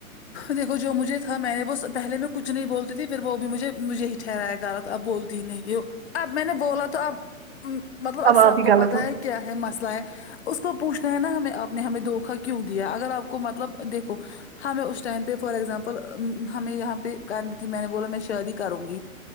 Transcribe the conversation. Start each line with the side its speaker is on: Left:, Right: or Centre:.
Left: دیکھو جو مجھے تھا میں نے وہ پہلے میں کچھ نہیں بولتی تھی پھر وہ بھی مجھے مجھے ہی ٹھرایا غلط اب بولتی نہیں ہو اب میں نے بولا تو اب مطلب اب سب
Right: آپ ہی
Left: کو
Right: غلط
Left: پتا
Right: ہو
Left: ہے کیا ہے مسئلہ ہے اس کو پوچھنا ہے نا ہمیں آپ نے ہمیں دھوکا کیوں دیا اگر آپ کو مطلب دیکھو ہمیں اس ٹائم پہ فار ایگزامپل ہمیں یہاں پہ کرنی تھی میں نے بولا میں شادی کروں گی